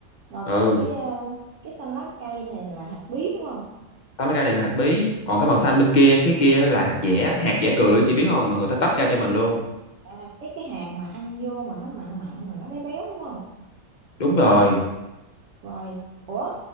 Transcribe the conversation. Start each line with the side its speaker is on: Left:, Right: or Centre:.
Right: rồi
Left: ừ
Right: còn cái ờ, cái xanh lá cây này là hạt bí đúng không
Left: tao lấy cái này là hạt bí còn cái màu xanh bên kia cái kia là hạt dẻ hạt dẻ cười chị biết không mà người ta tách ra cho mình luôn
Right: à, cái cái hạt mà ăn vô mà nó mặn mặn mà nó béo béo đúng không
Left: đúng rồi
Right: rồi ủa